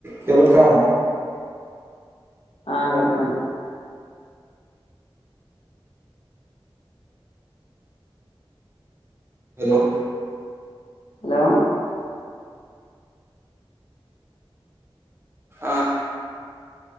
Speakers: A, on the right; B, on the left.
A: കേൾക്കമോ
B: ആഹ കിടക്കുന്നന്നെ
A: hello
B: hello
A: ആഹ